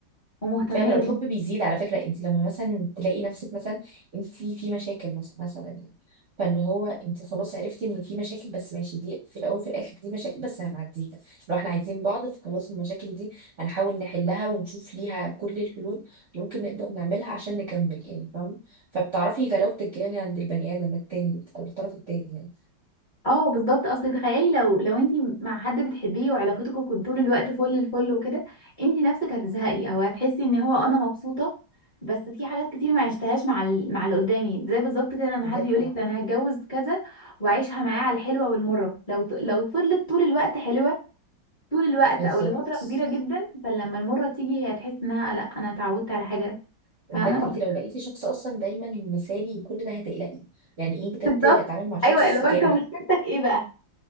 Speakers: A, on the left; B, on the right.
A: ومهتمية
B: فعلا
A: بيه
B: الحب بيزيد على فكرة انت لما مثلا تلاقي نفسك مثلا انت في مشاكل مثلا مثلا يعني فاللي هو انت خلاص عرفتي ان في مشاكل بس ماشي دي في الاول وفي الاخر دي مشاكل بس هنعديها لو احنا عايزين بعض فخلاص المشاكل دي هنحاول نحلها ونشوف ليها كل الحلول اللي ممكن نقدر نعملها عشان نكمل يعني فاهمة فبتعرفي جلاوة الجاني عند البني ادم التاني او الطرف التاني يعني
A: اه بالظبط اصل تخيلي لو لو انت مع حد بتحبيه وعلاقتكم كنت طول الوقت فل الفل وكده انت نفسك هتزهقي او هتحسي ان هو انا مبسوطه بس في حاجات كتير ما عشتهاش مع ال... مع اللي قدامي زي بالظبط كده لما
B: بجد
A: حد يقولك ده انا هتجوز كذا وعيشها معاه على الحلوه والمره لو ط- لو فضلت طول الوقت حلوه طول الوقت
B: بالظبط
A: او لفتره كبيره جدا فلما المره تيجي هي هتحس انها لا انا اتعودت على حاجه
B: وبجد
A: فاهمه
B: انت لو لقيتي شخص اصلا دايما مثالي وكل ده هتقلقي يعني ايه بجد
A: بالظبط
B: اتعامل مع شخص
A: ايوه لو
B: كامل
A: انت مشكلتك ايه بقى